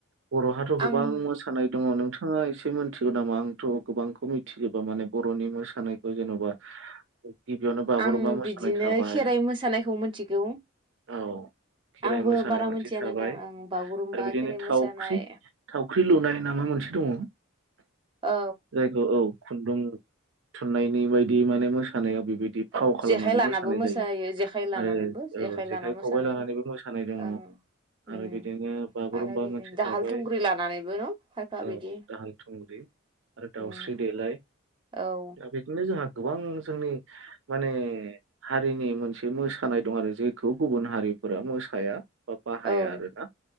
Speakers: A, on the right; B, on the right.
A: बर'हाथ' गोबां
B: आं
A: मोसानाय दङ नोंथाङा एसे मोन मिथिगौ नामा आंथ' गोबांखौ मिथिजोबा माने बर'नि मोसानायखौ जेन'बा। गिबियावनो बागुरुम्बा
B: आं बिदिनो
A: मोसानाय थाबाय
B: खेराइ मोसानायखौ मिथिगौ
A: औ खेराइ
B: आंबो
A: मोसानाय
B: बारा
A: मोनसे
B: मिथिया
A: थाबाय
B: नोंथां आं बागुरुम्बा
A: आरो बिदिनो
B: खेराइ
A: थावख्रि
B: मोसानाय
A: थावख्रि लुनाय नामा मोनसे दङ।
B: औ
A: जायखौ औ खुन्दुं थुननायनि बायदि माने मोसानायाव बेबायदि फाव
B: औ
A: खालामनानै
B: जेखाइ लानाबो
A: मोसानाय
B: मोसायो
A: जायो
B: जेखाइ लानानैबो
A: आरो औ जेखाइ
B: लाना मोसानाय
A: खबाइ लानानैबो मोसानाय दङ।
B: ओं
A: औ आरो
B: उम
A: बिदिनो बागुरुम्बा
B: आरो बिदिनो
A: मोनसे
B: दाहाल
A: थाबाय
B: थुंग्रि लानानैबो न खायफा बिदि
A: औ दाहाल थुंग्रि आरो
B: उम
A: दाउस्रि देलाय।
B: औ
A: दा बिदिनो जोंहा गोबां जोंनि माने हारिनि मोनसे मोसानाय दं आरो जेखौ गुबुन हारिफोरा मोसाया। बा बाहाया
B: औ
A: आरो ना